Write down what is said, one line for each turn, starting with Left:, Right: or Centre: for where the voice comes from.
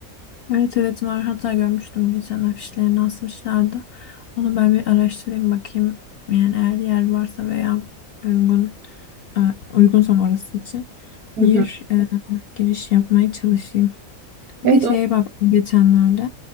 Left: Evet evet var. Hatta görmüştüm geçen afişlerini asmışlardı. Onu ben bir araştırayım bakayım. Yani eğer yer varsa veya uygun e, uygunsam orası için
Right: Hı
Left: bir
Right: hı.
Left: e, giriş yapmaya çalışayım. Bir
Right: Evet,
Left: de şeye baktım geçenlerde.